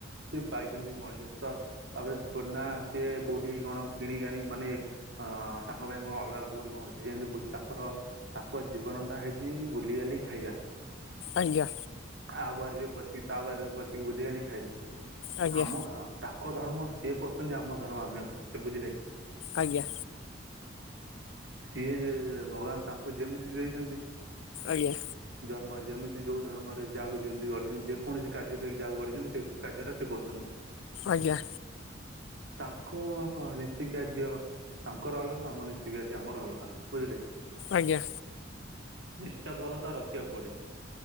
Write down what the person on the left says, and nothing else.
ଆଜ୍ଞା।
ଆଜ୍ଞା
ଆଜ୍ଞା।
ଆଜ୍ଞା।
ଆଜ୍ଞା।
ଆଜ୍ଞା।